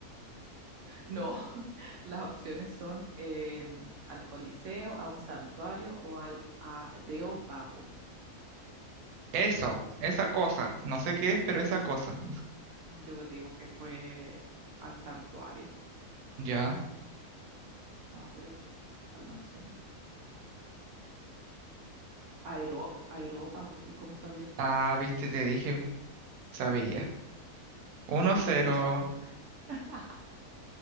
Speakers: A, on the right; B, on the right.
A: No, <laughs> las opciones son eh, al Coliseo, a un santuario o al Areópago.
B: Eso, esa cosa. No sé qué es, pero esa cosa.
A: Yo te digo que fue al santuario.
B: Ya.
A: A ver, calmación. Aero, Areópago. ¿Y cómo sabías?
B: Ah, viste, te dije, sabía. Uno cero.
A: Qué chat. <laughs>